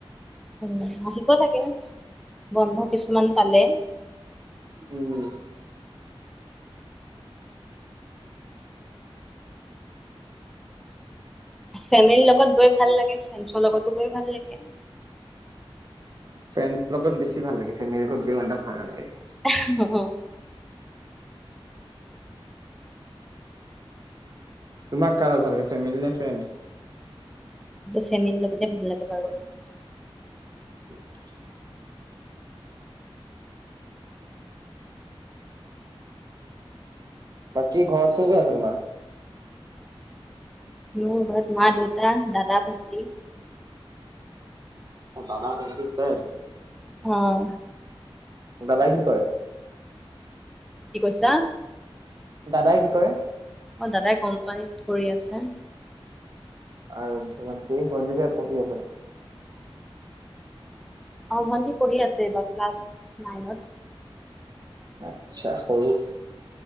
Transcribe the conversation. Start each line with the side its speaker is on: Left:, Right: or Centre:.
Centre: উম আহিব লাগে বন্ধ কিছুমান পালে।
Right: উম।
Centre: ফেমিলিৰ লগত গৈ ভাল লাগে ফ্ৰেন্ডছৰ লগতো গৈ ভাল লাগে।
Right: ফ্ৰেন্ড লগত বেছি ভাল লাগে। ফেমিলিৰ লগত গৈ ইমানটা ভাল নালাগে।
Centre: <unintelligible>
Right: তোমাক কাৰ লগত ভাল লাগে ফেমিলি নে ফ্ৰেণ্ড?
Centre: ফেমেলি লগতে ভাল লাগে বাৰু।
Right: <inaudible> বাকী ঘৰত কোন -কোন আছে তোমাৰ?
Centre: মোৰ ঘৰত মা, দেউতা, দাদা, ভন্টি।
Right: আ, বাবা, ভন্টি দুটাই আছে।
Centre: অহ
Right: দাদাই কি কৰে?
Centre: কি কৈছা?
Right: দাদাই কি কৰে?
Centre: অহ, দাদাই কম্পানীত কৰি আছে।
Right: আৰু ভণ্টি -ভণ্টি চাগে পঢ়ি আছে?
Centre: অহ, ভণ্টি পঢ়ি আছে এইবাৰ ক্লাছ নাইনত।
Right: আচ্ছা সৰু